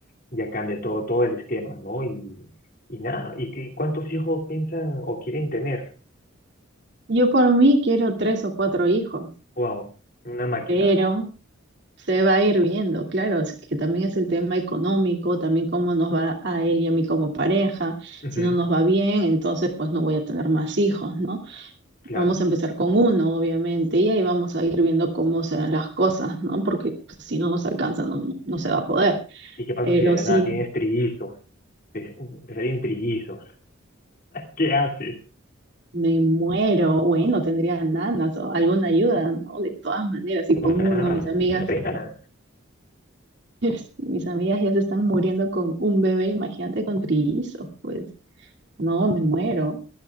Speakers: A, on the left; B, on the right.
A: ya cambia todo, todo el esquema, ¿no? Y, y nada, ¿y qué, cuántos hijos piensan o quieren tener?
B: Yo por mí quiero tres o cuatro hijos,
A: Wow, una máquina.
B: pero se va a ir viendo, claro, así que también es el tema económico, también cómo nos va a él y a mí como pareja.
A: Ujú,
B: Si no nos va bien, entonces pues no voy a tener más hijos, ¿no?
A: claro.
B: Vamos a empezar con uno, obviamente, y ahí vamos a ir viendo cómo se dan las cosas, ¿no? Porque pues, si no nos alcanza, no, no no se va a poder.
A: ¿Y qué pasa
B: Pero
A: si de la
B: sí.
A: nada tienes trillizos? Te, te salen trillizos. <laughs> ¿Qué haces?
B: Me muero, bueno, tendría nanas o alguna ayuda, ¿no? De todas maneras, y con
A: Una,
B: uno, mis amigas
A: dice pétalas.
B: <laughs> Mis amigas ya se están muriendo con un bebé, imagínate con trillizos, pues no, me muero.